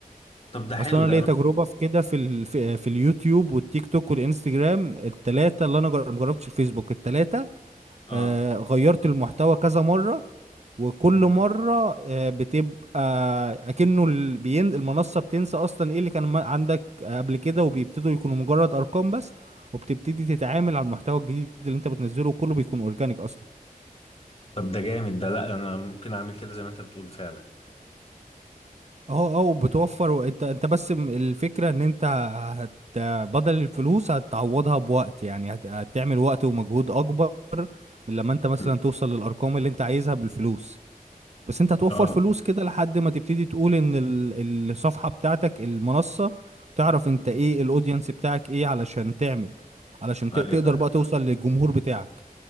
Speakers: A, on the left (about 40°); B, on the right (about 45°).
A: طب ده حلو
B: اصلا انا
A: ده
B: ليا
A: انا
B: تجربه في كده في ال... في في اليوتيوب والتيك توك والانستجرام التلاته اللي انا جر... مجربتش الفيسبوك التلاته
A: اه
B: آه، غيرت المحتوى كذا مرة وكل
A: امم
B: مرة آه، بتبقى أكنه ال- بين المنصة بتنسى أصلا إيه اللي كان ما- عندك قبل كده وبيبتدوا يكونوا مجرد أرقام بس وبتبتدي تتعامل على المحتوى الجديد اللي أنت بتنزله وكله بيكون أورجانيك أصلا
A: طب ده جامد ده لا انا ممكن اعمل كده زي ما انت بتقول فعلا
B: أه أه وبتوفر وأنت أنت بس م- الفكرة إن أنت هت بدل الفلوس هتعوضها بوقت يعني هت- هتعمل وقت ومجهود أكبر من لما أنت مثلا
A: مم.
B: توصل للأرقام اللي أنت عايزها بالفلوس بس انت هتوفر
A: اه
B: فلوس كده لحد ما تبتدي تقول ان ال- الصفحة بتاعتك المنصة تعرف انت
A: مم.
B: ايه الاودينس بتاعك ايه علشان تعمل علشان
A: ايوه
B: ت- تقدر
A: ايوه
B: بقى توصل للجمهور بتاعك